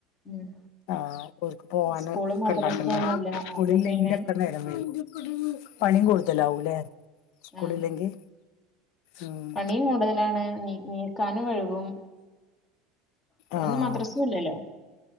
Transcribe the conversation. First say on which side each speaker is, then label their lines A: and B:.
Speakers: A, on the left; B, on the left.
A: ഉം
B: ആഹ് ഓർക്ക് പോവന്
A: സ്കൂളും
B: ഒക്കെ
A: മദ്രസ
B: ഉണ്ടാക്കണ്ടെ
A: ഒന്നുമില്ല
B: കുളില്ലെങ്കിലൊക്കെ
A: അപ്പൊ പിന്നെ
B: നേരം വൈകും പണി
A: ഉം.
B: കൂടുതലാവൂലേ സ്കൂളില്ലെങ്കി
A: ആ
B: ഉം
A: പണിയും കൂടുതലാണ് നി നീക്കാനും വഴുകും പിന്നന്ന്
B: ആഹ്
A: മദ്രസു ഇല്ലല്ലോ